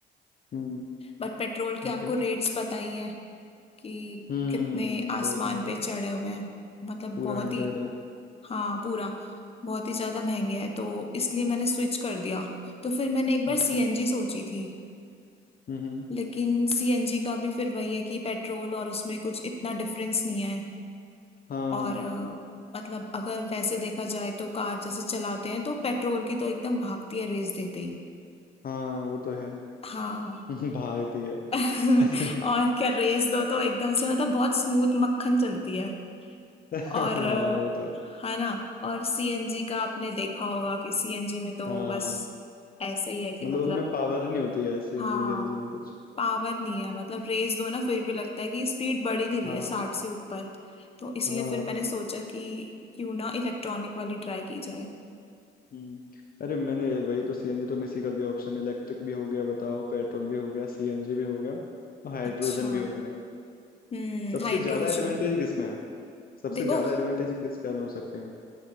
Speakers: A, on the left; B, on the left.
A: हम्म
B: बट पेट्रोल के
A: ओके
B: आपको रेट्स पता ही है कि
A: हम्म
B: कितने आसमान
A: बहुत महंगा
B: पे चढ़े हुए हैं मतलब
A: पूरा
B: बहुत
A: हंड्रेड
B: ही
A: है
B: हाँ पूरा बहुत ही ज्यादा महंगे हैं तो इसलिए मैंने स्विच कर दिया तो फिर मैंने एक बार
A: अच्छा
B: सीएनजी सोची थी
A: हम्म हम्म
B: लेकिन सीएनजी का भी फिर वही है कि पेट्रोल और उसमें कुछ इतना डिफरेंस नहीं है
A: हाँ
B: और अ, मतलब अगर वैसे देखा जाए तो कार जैसे चलाते हैं तो पेट्रोल की तो एकदम भागती है रेस देते ही
A: हाँ वो तो है
B: हाँ
A: <laughs> भागती है
B: <laughs>
A: <laughs>
B: और क्या रेस दो तो एकदम से मतलब बहुत स्मूथ मक्खन चलती है
A: हाँ
B: और अ,
A: वो तो है
B: है ना और सीएनजी का आपने देखा होगा कि सीएनजी में तो
A: हाँ
B: बस ऐसे ही है कि
A: मतलब
B: मतलब
A: उनमें पावर नहीं होती है सीएनजी
B: हाँ
A: वीएनजी में कुछ
B: पावर नहीं है मतलब रेस दो ना फिर भी लगता है कि स्पीड बढ़ ही नहीं रही
A: हाँ
B: है साठ से ऊपर तो इसलिए
A: हाँ
B: फिर मैंने सोचा कि क्यों ना इलेक्ट्रॉनिक वाली ट्राई की जाए
A: हम्म अरे मैंने वही तो सीएनजी तो मिस ही कर दिया ऑप्शन इलेक्ट्रिक भी हो गया बताओ पेट्रोल भी हो गया सीएनजी भी हो गया और हाइड्रोजन
B: अच्छा
A: भी हो गया
B: हम्म
A: सबसे
B: हाइड्रोजन
A: ज्यादा एडवांटेज किसमें है सबसे
B: देखो
A: ज्यादा एडवांटेज किस कार में हो सकते हैं